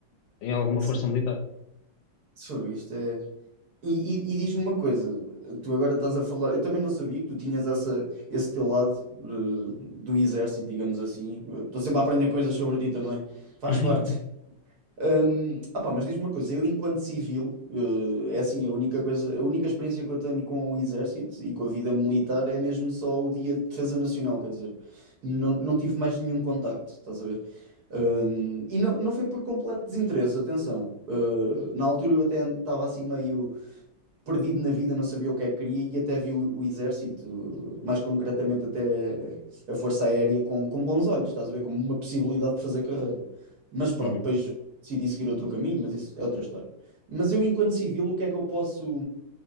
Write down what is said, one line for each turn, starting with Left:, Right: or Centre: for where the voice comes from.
Left: em alguma
Right: sim.
Left: força militar.
Right: Isso, isto é. E, e- e diz-me uma coisa, tu agora estás a falar, eu também não sabia que tu tinhas essa, esse teu lado de- do exército, digamos assim. Eu Estou sempre a aprender coisas sobre ti também, faz
Left: <laughs>
Right: parte. Hum, ah pá, mas diz-me uma coisa, eu enquanto civil, eh, é assim, a única coisa, a única experiência que eu tenho com o exército e com a vida militar é mesmo só o dia de defesa nacional, quer dizer, não, não tive mais nenhum contacto, estás a ver? Hum, e não, não foi por completo desinteresse, atenção, Eh, na altura eu até estava assim meio, perdido na vida, não sabia o que é que queria e até viu o exército, mais concretamente até a Força Aérea, com, com bons olhos, estás a ver? Como uma possibilidade de fazer carreira. Mas pronto,
Left: Uhum.
Right: depois decidi seguir outro caminho, mas isso é outra história. Mas eu, enquanto civil, o que é que eu posso.